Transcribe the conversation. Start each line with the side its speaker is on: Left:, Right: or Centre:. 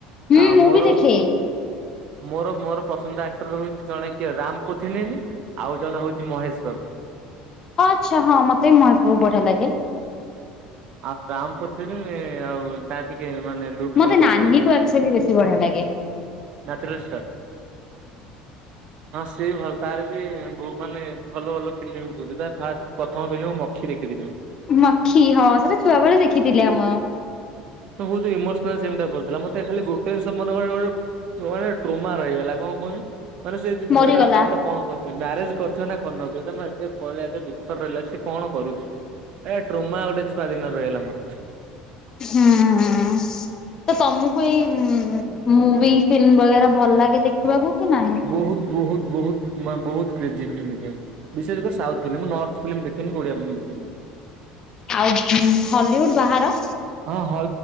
Left: ହୁଁ
Right: ଆଉ
Left: ମୁଁ
Right: ମୋର
Left: ବି ଦେଖେ।
Right: ମୋର ମୋର ପସନ୍ଦ ଆକ୍ଟର ହେଉଛି ଜଣେ କିଏ ରାମ ପୁଥିନନୀ ଆଉ ଜଣେ ହେଉଛି ମହେଶ ବାବୁ।
Left: ଆଚ୍ଛା ହଁ ମତେ ବି ମହେଶ ବାବୁ ବହୁତ ବଢିଆ ଲାଗେ।
Right: ଆଉ ରାମ ପୁଥାନାନୀ ଆଉ ତା ଟିକିେ ମାନେ ଲୁକ୍ସ
Left: ମତେ
Right: ତମର
Left: ନାନୀକୁ
Right: ବହୁତ ପସନ୍ଦ।
Left: ଆକ୍ଚୁଆଲି ବେଶୀ ବଢିଆ ଲାଗେ।
Right: ନାଚିଲେ ଷ୍ଟାର୍ ହଁ ସିଏ ବି ଭଲ ତାର ବି ମାନେ ଭଲ ଭଲ ଫିଲ୍ମ କହୁଥିଲେ ତା ଫାଷ୍ଟ ପ୍ରଥମ ଫିଲ୍ମ ମଖି ଦେଖିଥିଲି।
Left: ମଖି ହଁ ସେଇଟା ଛୁଆ ବେଳେ ଦେଖିଥିଲେ ଆମ
Right: ସେ ବହୁତ ଇମୋସନେଲ କରୁଥିଲା। ମତେ ଖାଲି ଗୋଟିଏ ସିନ ମାନେ ଟ୍ରୋମା ରହିଗଲା କଣ କୁହନି ମାନେ ସେ ଝିଅ
Left: ମରିଗଲା।
Right: ଟା ତାପରେ କଣ କରୁଥେ ମ୍ୟାରେଜ କରିଥିବ ନା କରିନଥିବ ତମେ ଏତେ ପଳେଇା ଏତେ ଦୁଃଖ ରହିଲା ସେ କଣ କରୁଥିବ। ଏ ଟ୍ରୋମା ଗୋଟେ ଛୁଆ ଦିନ ରହିଲା ମୋର।
Left: ହଁ। ହଁ। ତ ତମକୁ ଏଇ ମୁଭି ଫିଲ୍ମ ବଗେରା ଭଲ ଲାଗେ ଦେଖିବାକୁ କି ନହିଁ?
Right: ବହୁତ, ବହୁତ, ବହୁତ, ମାନେ ବହୁତ କ୍ରେଜି। <unintelligible> ବିଶେଷ କରି ସାଉଥ ଫିଲ୍ମ। ମୁ ନର୍ଥ ଫିଲ୍ମ ଦେଖନି। ଓଡିଆ ଫିଲ୍ମ ଦେଖନି।
Left: ଆଉ ହଲିଉଡ ବାହାର?
Right: ହଁ ହଁ